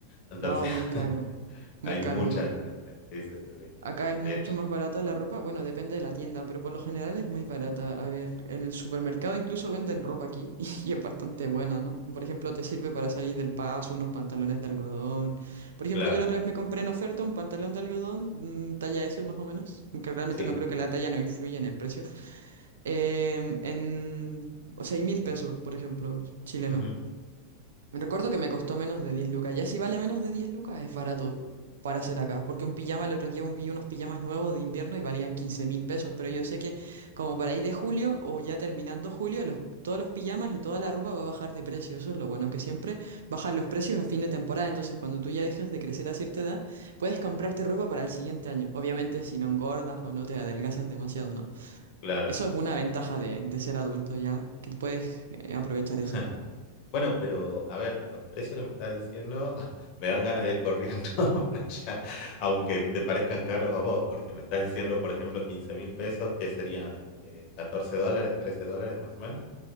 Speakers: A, on the left; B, on the right.
A: Entonces,
B: No,
A: <laughs>
B: muy caro,
A: hay
B: muy caro,
A: mucha
B: ¿no?
A: diferencia. Sí, sí, sí, sí.
B: Acá es mucho
A: De hecho,
B: más barata la ropa, bueno, depende de la tienda, pero por lo general es muy barata. A ver, en el supermercado incluso venden ropa aquí <laughs> y es bastante buena, ¿no? Por ejemplo, te sirve para salir del paso unos pantalones de algodón. Por ejemplo,
A: claro,
B: yo la otra vez me compré en oferta un pantalón de algodón, mm, talla S más o menos, aunque realmente
A: sí.
B: no creo que la talla no influya en el precio. em, en seis mil pesos, por ejemplo, chileno.
A: Ujú.
B: Recuerdo que me costó menos de 10 lucas. Ya si vale menos de 10 lucas, es barato para hacer acá. Porque un pijama, el otro día un- vi unos pijamas nuevos de invierno y valían quince mil pesos. Pero yo sé que como para ir de julio o ya terminando julio, los, todos los pijamas y toda la ropa va a bajar de precio. Eso es lo bueno, que siempre bajan los precios a fin de temporada. Entonces cuando tú ya dejes de crecer a cierta edad, puedes comprarte ropa para el siguiente año. Obviamente si no engordas o no te adelgazas demasiado, ¿no?
A: Claro.
B: Eso es una ventaja de, de ser adulto ya, que tú puedes eh, aprovechar
A: <laughs>
B: eso.
A: Bueno, pero a ver, los precios que me estás diciendo <laughs> me dan ganas de ir corriendo <laughs> para allá, aunque te parezcan caros a vos, porque me estás diciendo, por ejemplo, quince mil pesos, que serían eh, 14 dólares, 13 dólares más o menos.